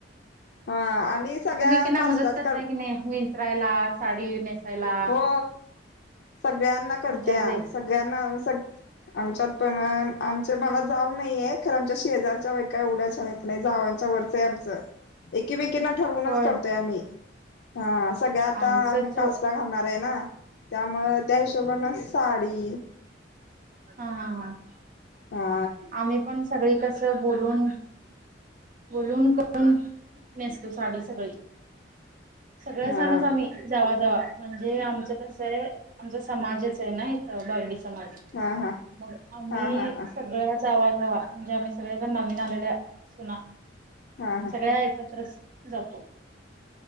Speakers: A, on the left; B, on the right.
A: हा आणि सगळ्या
B: तुम्ही एकमेकींना
A: काष्टाच
B: मदत करताय
A: करणार
B: की नाही विंचरायला, साडी नेसायला?
A: हो सगळ्यांना करतीयास्.
B: आमच्यात लई
A: सगळ्यांना, सग आमच्यात पण, आमच्यात मला जाऊ नाहीे येत. खरं आमच्या शेजारच्या बायका येवड्याशा नेक् नाही जावांच्या वरचंय आमचं. एकमेकिंना ठरवूनच
B: होय
A: करतोय आम्ही. हा सगळ्या आता
B: आमचंच
A: आम्ही काष्टा घालणार आहे ना, त्यामुळं त्या हिशोबानं साडी
B: हा-हा-हा,
A: हा,
B: आम्ही पण सगळी कसं बोलून बोलून करून नेसतो साडी सगळी, सगळे-सणच
A: हा
B: आम्ही जावा-जावा म्हणजे आमचं कसंय, आमचा समाजच आहे ना इथं, बरडी समाज
A: हा हा हा
B: मग आम्ही
A: हा हा
B: सगळ्या जावा-जावा म्हणजे आम्ही सगळ्या जण नवीन आलेल्या सुना
A: हा हा
B: सगळ्या एकत्रस् जातो.